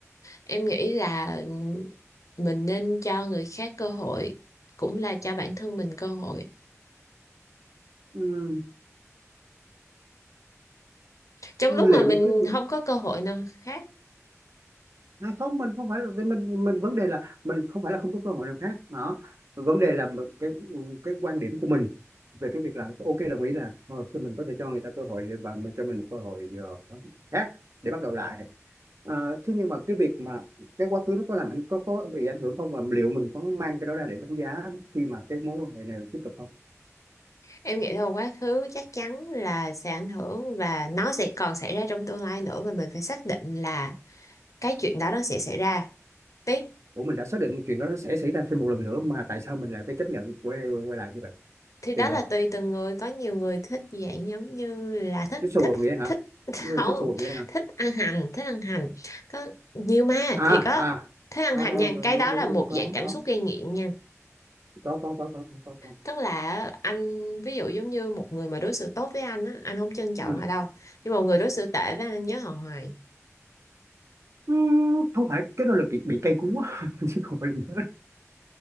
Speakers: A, on the left; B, on the right.
A: em nghĩ là mình nên cho người khác cơ hội cũng là cho bản thân mình cơ hội.
B: Ừm,
A: Trong lúc
B: liệu
A: mà mình
B: cái
A: không có cơ hội nào khác,
B: À, không mình không phải là- mình mình vấn đề là mình không phải là không có cơ hội nào khác đó vấn đề là một cái cái quan điểm của mình về cái việc là ok đồng ý là thôi thì mình có thể cho người ta cơ hội và mình cho mình một cơ hội ờ, khác để bắt đầu lại Ờ, thế nhưng mà cái việc mà cái quá khứ nó có làm ảnh có có bị ảnh hưởng không và liệu mình có mang cái đó ra để đánh giá khi mà cái mối quan hệ này tiếp tục không
A: em nghĩ là quá khứ chắc chắn là sẽ ảnh hưởng và nó sẽ còn xảy ra trong tương lai nữa và mình phải xác định là cái chuyện đó nó sẽ xảy ra. Tiếp
B: ủa mình đã xác định chuyện đó nó sẽ xảy ra thêm một lần nữa mà tại sao mình lại phải chấp nhận quay quay lại như vậy
A: thì đó
B: thì
A: là
B: vậy
A: tùy từng người có nhiều người thích dạng giống như là thích
B: thích xù
A: thích
B: nghĩa hả
A: thích <laughs>
B: người
A: không
B: thích xù nghĩa hả
A: thích ăn hành thích ăn hành có nhiều mà
B: à
A: thiệt á
B: à
A: thích ăn
B: Ờ,
A: hành
B: ờ,
A: nha cái
B: đúng
A: đó
B: đúng
A: là một
B: đúng có
A: dạng cảm
B: có
A: xúc gây nghiện nha
B: có có có có có có, có.
A: tức là anh ví dụ giống như một người mà đối xử tốt với anh á anh không trân trọng
B: Ừ.
A: họ đâu nhưng mà một người đối xử tệ với anh anh nhớ họ hoài
B: Ừ, không phải cái đó là bị bị cây cú á, <laughs> chứ không phải là nhớ